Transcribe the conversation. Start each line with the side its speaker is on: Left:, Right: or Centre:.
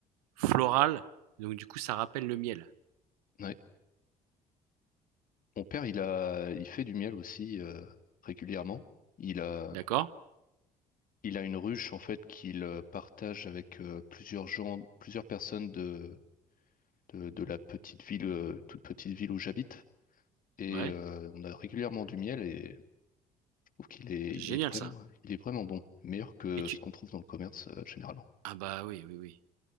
Right: floral, donc du coup, ça rappelle le miel.
Left: ouais. Mon père, il a, il fait du miel aussi euh, régulièrement. Il a,
Right: D'accord?
Left: il a une ruche en fait qu'il euh, partage avec euh, plusieurs gens, plusieurs personnes de, de, de la petite ville, euh, toute petite ville où j'habite. Et
Right: Ouais,
Left: euh, on a régulièrement du miel et je trouve qu'il est,
Right: c'est
Left: il
Right: génial
Left: est vraiment,
Right: ça.
Left: il est vraiment bon, meilleur que
Right: Et tu...
Left: ce qu'on trouve dans le commerce euh, généralement.
Right: Ah bah oui, oui, oui.